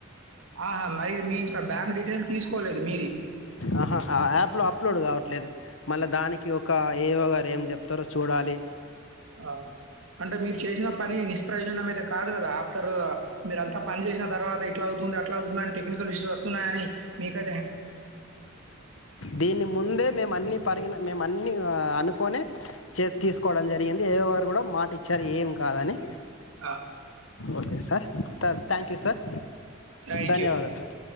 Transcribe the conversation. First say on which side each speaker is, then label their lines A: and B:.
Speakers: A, on the right; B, on the left.
A: ఆహా మరి మీ ఇంకా బ్యాంక్ డీటెయిల్స్ తీసుకోలేదు మీరి
B: ఆహా ఆ యాప్ లో అప్లోడ్ కావల్ లేదు మళ్ళీ దానికి ఒక ఏవో గారు ఏం చెప్తరొ చూడాలి
A: హా అంటే మీరు చేసిన పని నిష్ప్రయోజనం అయితే కాదు కదా ఆఫ్టర్ మీరు అంత పని చేసిన తర్వాత ఇట్లా అవుతుంది అట్లా అవుందని టెక్నికల్ ఇష్యూస్ వస్తున్నాయని మీకా
B: దీని ముందే మేము అన్ని పరిగిన మేము అన్నీ అనుకోనే చేసి
A: హ్మ్.
B: తీసుకోవడం జరిగింది అవే వారు కూడా మాట ఇచ్చారు ఏం కాదని
A: ఆ
B: okay sir thank you sir
A: thank
B: ధన్యవాదాలు
A: you.